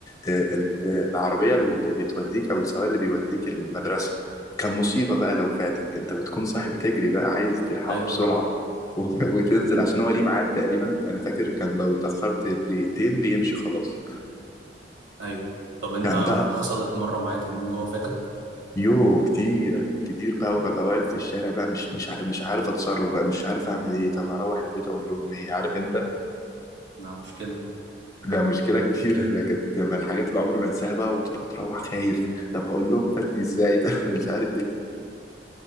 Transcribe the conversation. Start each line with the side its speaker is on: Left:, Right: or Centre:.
Left: آه، ال- العربية اللي بتوديك أو السواق اللي بيوديك المدرسة كان مصيبة بقى لو فاتك أنت بتكون صاحي بتجري بقى عايز تلحقه
Right: أيوه
Left: بسرعة
Right: طبعا
Left: و... <laughs> وتنزل عشان هو ليه ميعاد تقريبا أنا فاكر كان لو اتأخرت دقيقتين بيمشي خلاص
Right: أيوه طب أنت
Left: كان بقى
Right: حصلت مرة معاك إن هو فاتك؟
Left: يو كتير كتير بقى وببقى واقف في الشارع بقى مش مش ع- مش عارف اتصرف بقى مش عارف اعمل ايه طب اروح البيت اقول لهم ايه عارف انت
Right: لا مشكلة
Left: ده مشكله كبيره ده كانت من الحاجات اللي عمري ما انساها بقى وتبقى تروح خايف طب هقول لهم فاتني ازاي <laughs> ده مش عارف ايه